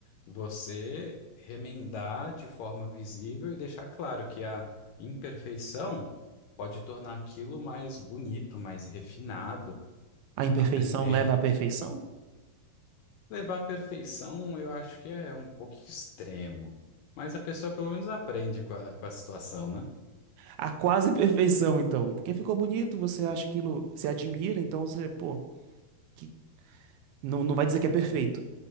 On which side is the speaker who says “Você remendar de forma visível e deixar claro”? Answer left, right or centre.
Left